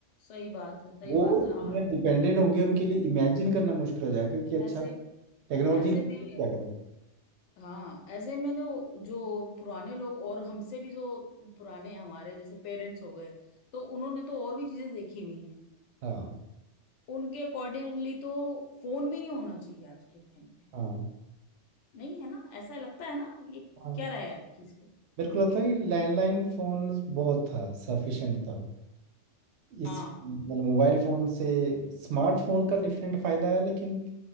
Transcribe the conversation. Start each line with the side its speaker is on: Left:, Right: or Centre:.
Left: सही बात है सही
Right: वो
Left: बात है
Right: इतने
Left: और
Right: डिपेंडेंट होंगे उनके लिए इमेजिन करना मुश्किल हो जाएगा कि अच्छा
Left: ऐसे
Right: टेक्नोलॉजी
Left: ऐसे
Right: तो
Left: में
Right: क्या करें
Left: हाँ ऐसे में ना जो पुराने लोग और हमसे भी जो पुराने हमारे जैसे पेरेंट्स हो गए तो उन्होंने तो और भी चीजें देखी हुई
Right: हाँ
Left: उनके अकॉर्डिंगली तो फोन भी नहीं होना चाहिए आज के टाइम पे
Right: हाँ
Left: नहीं है ना ऐसा लगता है ना ये
Right: हाँ
Left: क्या रहा है आपकी इस पे
Right: मेरे को लगता है कि लैंडलाइन फोन बहुत था सफिशिएंट था इस
Left: हाँ
Right: मतलब मोबाइल फोन से स्मार्टफोन का डिफरेंट फायदा है लेकिन